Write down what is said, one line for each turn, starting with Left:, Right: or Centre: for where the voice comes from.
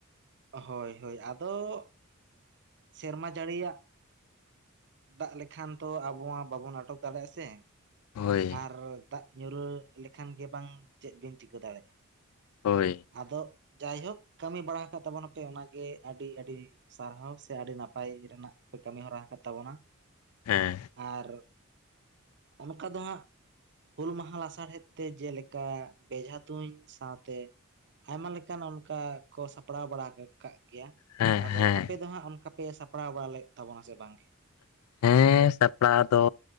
Right: ᱦᱳᱭ ᱦᱳᱭ ᱟᱫᱚ ᱥᱮᱨᱢᱟ ᱡᱟᱹᱲᱤᱭᱟᱜ ᱫᱟᱜ ᱞᱮᱠᱷᱟᱱ ᱛᱚ ᱟᱵᱚ ᱢᱟ ᱵᱟᱵᱚᱱ ᱟᱴᱚᱠ ᱫᱟᱲᱮᱭᱟᱜᱼᱟ ᱥᱮ᱾
Left: ᱦᱳᱭ
Right: ᱟᱨ ᱫᱟᱜ ᱧᱩᱨ ᱞᱮᱠᱷᱟᱱ ᱜᱮ ᱵᱟᱝ ᱪᱮᱫ ᱵᱤᱱ ᱪᱤᱠᱟᱹ ᱫᱟᱲᱮᱭᱟᱜᱼᱟ?
Left: ᱦᱳᱭ᱾
Right: ᱟᱫᱚ ᱡᱟᱭᱦᱩᱠ ᱠᱟᱹᱢᱤ ᱵᱟᱲᱟ ᱟᱠᱟᱫ ᱛᱟᱵᱚᱱᱟᱯᱮ ᱚᱱᱟᱜᱮ ᱟᱹᱰᱤ ᱟᱹᱰᱤ ᱥᱟᱨᱦᱟᱣ ᱥᱮ ᱥᱮ ᱟᱹᱰᱤ ᱱᱟᱯᱟᱭ ᱨᱮᱱᱟᱜ ᱯᱮ ᱠᱟᱹᱢᱤ ᱦᱚᱨᱟ ᱟᱠᱟᱫ ᱛᱟᱵᱚᱱᱟ᱾
Left: ᱦᱮᱸ
Right: ᱟᱨ ᱚᱱᱠᱟ ᱫᱚ ᱦᱟᱸᱜ ᱦᱩᱞ ᱢᱟᱦᱟ ᱞᱟᱥᱟᱨᱦᱮᱫ ᱛᱮ ᱡᱮᱞᱮᱠᱟ ᱵᱮᱡᱷᱟ ᱛᱩᱧ ᱥᱟᱶᱛᱮ ᱟᱭᱢᱟ ᱞᱮᱠᱟᱱ ᱚᱱᱠᱟ ᱠᱚ ᱥᱟᱯᱲᱟᱣ ᱵᱟᱲᱟ ᱠᱟᱜ ᱜᱮᱭᱟ᱾
Left: ᱦᱮᱸ
Right: ᱟᱫᱚ
Left: ᱦᱮᱸ
Right: ᱟᱯᱮ ᱫᱚ ᱦᱟᱸᱜ ᱚᱱᱠᱟᱯᱮ ᱥᱟᱯᱲᱟᱣ ᱵᱟᱲᱟ ᱞᱮᱫ ᱛᱟᱵᱚᱱᱟ ᱥᱮ ᱵᱟᱝᱜᱮ?
Left: ᱦᱮᱸ ᱥᱟᱯᱲᱟᱣ ᱫᱚ